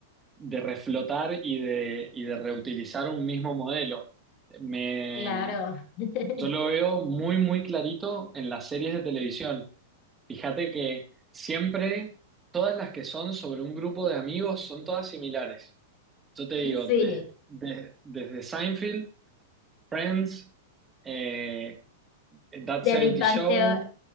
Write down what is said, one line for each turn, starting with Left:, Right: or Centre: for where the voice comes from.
Right: de reflotar y de, y de reutilizar un mismo modelo. Me,
Left: Claro, <laughs>
Right: yo lo veo muy, muy clarito en las series de televisión. Fíjate que siempre todas las que son sobre un grupo de amigos son todas similares. Yo te digo,
Left: sí.
Right: de- de- desde Seinfeld, Friends, eh, eh, That
Left: The
Right: 70
Left: Big Bang
Right: Show,
Left: Theory,